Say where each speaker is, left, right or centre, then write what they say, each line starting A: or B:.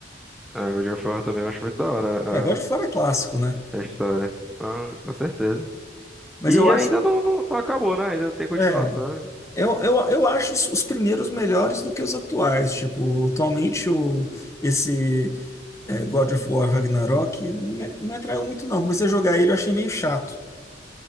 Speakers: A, in the centre; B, on the left.
A: Ah, God of War também eu acho muito da hora
B: É, God of War é clássico, né?
A: a, a história. Ah, com certeza.
B: Mas
A: E
B: eu acho,
A: ainda não, não, não acabou, né? Ainda tem continuação.
B: é, eu, eu, eu acho os os primeiros melhores do que os atuais. Tipo, atualmente o, esse é, God of War Ragnarok não me, não me atraiu muito, não. Comecei a jogar ele, eu achei meio chato.